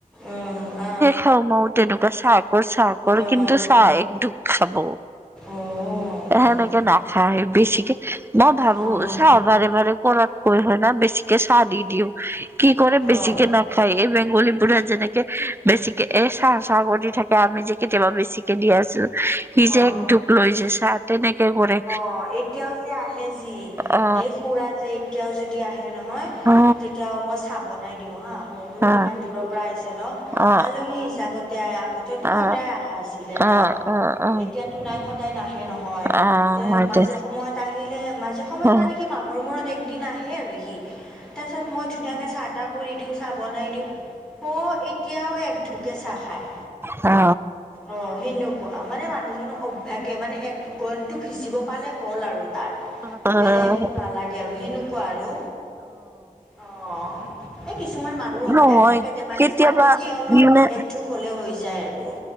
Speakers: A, in the centre; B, on the right.
A: উম, অ,
B: খ, ময় তেনেকুৱা চাহ কৰ চাহ কৰ
A: অঁ
B: কিন্তু চাহ এক ধপ খাব।
A: অঁ হয়
B: সেনেকে
A: নেকি
B: নাখায় বেছিকে মই ভাবো
A: অঁ
B: চাওঁ বাৰে বাৰে কৰাত। মই হয় নে বেছিকৈ চাহ দি দিওঁ। কি কৰে বেছিকৈ
A: অঁ
B: না খায়। এই বেংগলী বো়ৰে যেনেকৈ বেছিকে এই চাহ চাহ কৰি থাকে। আমি যে কেতিয়াবা বেছিকে দি আছোঁ - সি যে
A: অঁ
B: এক ধুক লৈ যে চাহ তেনেকৈ কৰে।
A: অ, এতিয়াও যে আহে যি,
B: অ
A: এই খুৰা যে এতিয়াও যদি আহে নহয়,
B: অ
A: তেতিয়াও মই চাহ বনাই দিওঁ হা। মই বোলো
B: অ
A: ইমান দিনৰ পৰা আহিছে ন?
B: অ অ
A: আলহী হিচাপতে আহে আগতে তেতো
B: অ অ
A: সদায়
B: অ
A: অহা আছিলে।
B: অ অ অ
A: এতিয়াতো নাই, সদায় নাহে নহয়
B: অ হয় দে
A: মাজে সময়ত আহিলে মাজে সময়ত
B: অ',
A: মানে কি, মাহৰ মূৰত একদিন আহে আৰু সি। তাৰপিছত মই ধুনীয়াকৈ চাহ টাহ কৰি দিওঁ, চাহ বনাই দিওঁ। অ' এতিয়া এতিয়া আৰু এক ঢোকহে চাহ খায়।
B: অ,
A: অ' সেনেকুৱা মানে। মানুহজনৰ অভ্যাসে মানে। এক গলটো ভিজিব পালে হ'ল আৰু। তাৰ।
B: আৰু
A: বেলেগ একো নালাগে আৰু। সেনেকুৱা আৰু, অ, এই কিছুমান মানুহৰ অভ্যাস
B: নহয়
A: থাকে দে। মানে,
B: কেতিয়াবা
A: চাহটো কি অলপ
B: মানে
A: এক ঢোঁক হলে হৈ যায় আৰু।